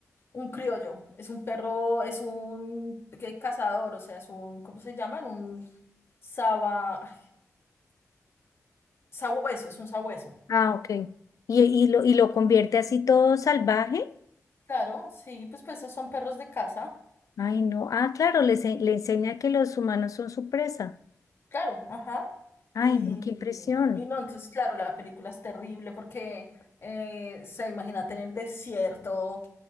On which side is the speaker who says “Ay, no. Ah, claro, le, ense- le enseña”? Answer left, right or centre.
Left